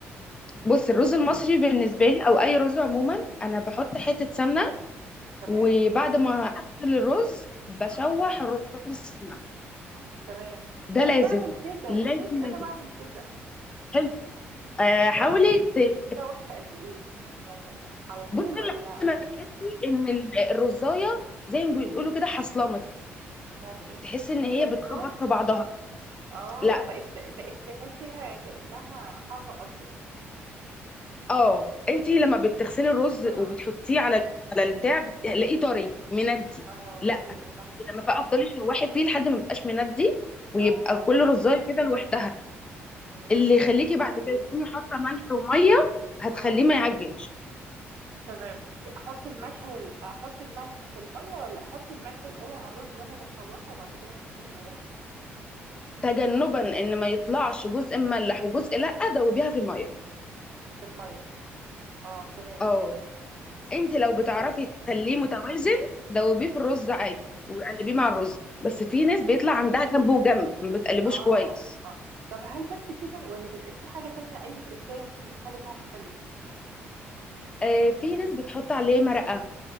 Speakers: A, on the left (about 20°); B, on the right (about 60°).
A: بصي الرز المصري بالنسبة لي او اي رز عموما انا بحط
B: اه
A: حتة سمنة
B: تمام
A: وبعد ما اغسل الرز بشوح
B: اه
A: الرز في السمنة
B: تمام
A: ده
B: انا
A: لازم
B: بعمل كده طب
A: لازم
B: ماشي انا
A: لازم
B: بعمل كده
A: حلو آه
B: يتشوح
A: حاولي
B: في
A: ت-
B: يتشوح في قد ايه يعني على طول
A: بصي
B: ولا
A: لحد ما تحسي ان ال- الرزاية زي ما بيقولوا كده حصلمت
B: يعني ايه
A: تحسي ان هي
B: خدت
A: بتخبط
B: لون
A: في بعضها
B: اه
A: لا
B: بقت بقت تحسيها كانها حصى قصدك
A: اه انت لما بتغسلي الرز
B: اه
A: وبتحطيه على ال- على البتاع بتلاقيه طري مندي
B: اه
A: لا
B: ايوه
A: انت
B: صح
A: لما بقى افضلي شوحي فيه لحد ما يبقاش مندي ويبقى
B: اه
A: كل رزايه
B: فهمت
A: كده
B: تمام
A: لوحدها
B: ماشي
A: اللي يخليكي
B: وبعدين
A: بعد كده تكوني حاطه ملح وميه هتخليه
B: اه
A: ما يعجنش
B: تمام احط الملح وال... احط الملح في الميه ولا احط الملح الاول على الرز وانا بشوحه وبعد كده احط الميه
A: تجنبا ان ما يطلعش جزء مملح وجزء لا دوبيها في الميه
B: في الميه اه تمام
A: اه انت
B: اوكي
A: لو بتعرفي تخليه متوازن دوبيه في
B: مم.
A: الرز عادي وقلبيه مع الرز بس في ناس بيطلع عندها جنب وجنب ما بتقلبوش
B: اه
A: كويس
B: اه طب هل بس كده ولا بيبقى في حاجه تانية اي تركية مثلا بتخلي طعمه حلو
A: آه، في ناس بتحط عليه مرقة